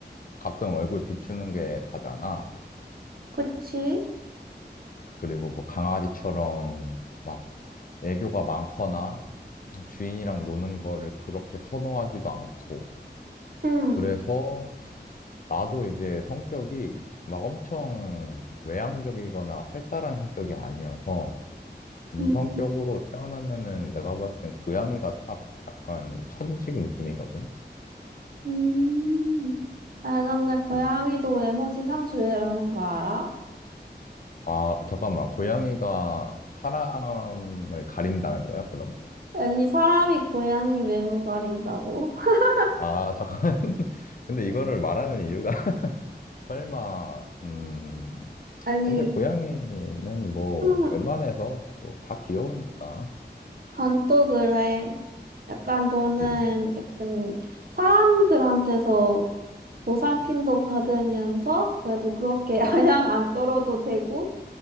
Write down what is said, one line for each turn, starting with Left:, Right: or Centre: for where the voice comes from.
Left: 가끔 얼굴 비추는 게 다잖아.
Right: 그치?
Left: 그리고 뭐 강아지처럼 막 애교가 많거나, 주인이랑 노는 거를 그렇게 선호하지도 않고,
Right: 응,
Left: 그래서 나도 이제 성격이 막 엄청 외향적이거나 활달한 성격이 아니어서 이
Right: 음.
Left: 성격으로 태어나면은 내가 봤을 땐 고양이가 딱 약간 천직 느낌이거든.
Right: 음. 아, 근데 고양이도
Left: 음.
Right: 외모지상주의라는 거 알아?
Left: 아, 잠깐만. 고양이가 사람을 가린다는 거야, 그럼?
Right: 아니, 사람이 고양이 외모 가린다고? <laughs>
Left: 아, 잠깐. <laughs> 근데 이거를 말하는 이유가 <laughs> 설마, 음,
Right: 아니,
Left: 근데 고양이는 뭐
Right: 응.
Left: 웬만해서 또 다 귀여우니까.
Right: 그건 또 그래. 약간
Left: 그치.
Right: 너는 약간 사람들한테서 보살핌도 받으면서 그래도 그렇게 <laughs> 아양 안 떨어도 되고